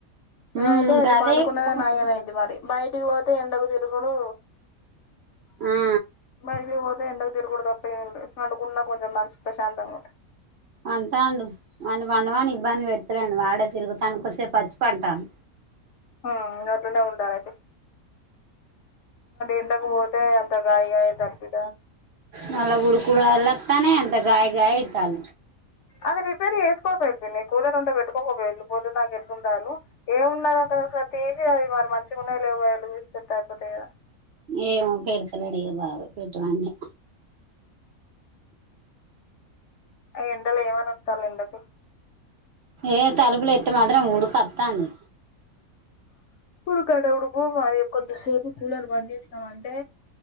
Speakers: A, on the left; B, on the right.
A: మ్మ్
B: ఉమ్
A: అయితే
B: ఇంకా
A: అయితే
B: అదే
A: పండుకున్నది
B: కోపం.
A: నయమైంది మరి బయట ఇకపోతే ఎండకు తిరుగుడు
B: ఆ
A: మళ్ళీ ఓ ఎండకు తిరుగుడుదప్ప ఏం ఉండదు పనుకున్నా కొంచెం మనసు ప్రశాంతంగా ఉంటది
B: అంటాండు వాణ్ణి పండవాని ఇబ్బంది పెడతలేను వాడే తిరుగుతాండు కోసేపు అలసి పడ్డాడు
A: మ్మ్ లేకపోతే ఉంటాడా ఎండకు పో టే అంత గాయగాయ తప్పపిద
B: మళ్ళ గుడుకుడలా వొత్తనే అంతా గాయి గాయి ఇత్తాల
A: అది రిపేర్ చేసుకోకపోయిదు పిన్ని కూలర్ ఉంటే పెట్టుకోకపోయిద్దు పొద్దున్నదాక ఎట్లు ఉంటారు ఏము ఉన్న తీసి అవి మరి మంచిగా ఉన్నాయ లేవు వైర్లు చూసి పెడ్తే అయిపోతయి కదా
B: ఏమో పెడుతున్నాడు ఇగ బావ పెట్టమంటే
A: ఎండలో ఏమనోత్తారో ఎంగతో
B: ఏ తలుపులు ఎత్ మను రం ఉడుకొత్తాంది
A: ఉడుకంటే ఉడుకు మరి కొద్దిసేపు కూలర్ బంద్ చేద్దామంటే